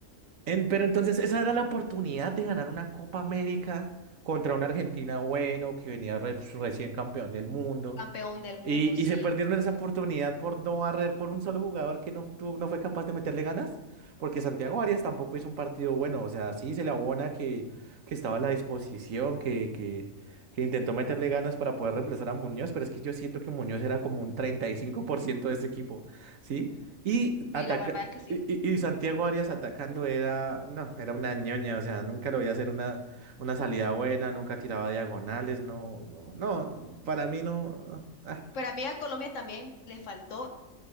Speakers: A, on the right; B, on the left.
A: En- pero entonces esa era la oportunidad de ganar una Copa América contra una Argentina bueno que venía re- recién campeón del mundo.
B: Campeón del mundo,
A: Y,
B: sí.
A: y se perdieron
B: Bueno.
A: esa oportunidad por no barrer por un solo jugador que no, tuvo- no fue capaz de meterle ganas, porque Santiago Arias tampoco hizo un partido bueno, o sea, sí se le abona que, que estaba a la disposición, que, que, que intentó meterle ganas para poder reemplazar a Muñoz, pero es que yo siento que Muñoz era como un 35% de ese equipo, ¿sí? Y,
B: Sí,
A: ataca
B: la verdad es que sí.
A: y, y- y Santiago Arias atacando era, no, era una ñoña, o sea, nunca lo veía hacer una, una salida buena, nunca tiraba diagonales, no, no, no, para mí no. ah,
B: Pero a mí a Colombia también le faltó